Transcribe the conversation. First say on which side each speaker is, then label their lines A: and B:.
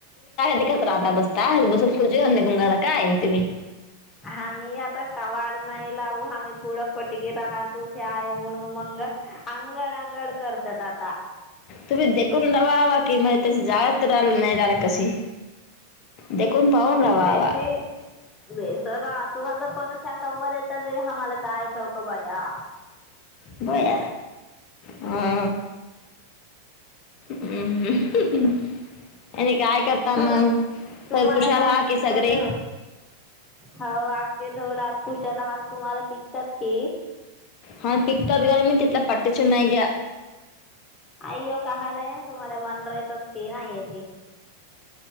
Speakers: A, on the left; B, on the left.
A: त राहता बसता <unintelligible> काय तुम्ही
B: आम्ही आता टवाड नाही लावू आम्ही पुढं कोटगी आहात - तूथे आय ऊन मंग अंगड अंगड करत्यात आता
A: तुम्ही देखून दवावा की म्हणजे त जागात राहिल नाही राहिला कशी देखून पाहून राहावा
B: तसे वे सरा तू आता पण कव्वर येत रे आम्हाला काय - चौकबाया
A: बय हा हम् ह् <inaudible> आणि काय करता मग
B: तू तुम्हाला
A: सर कुशाल
B: काय
A: हा
B: पिकतात
A: की सग रे
B: हो अखखे धोड खुशाला हार तुम्हाला पिकतात की
A: हा टिकटा <unintelligible> तितला पटचुना य ग
B: आई हो कलय तुम्हाला बन <unintelligible> त त नाहीेते <inaudible>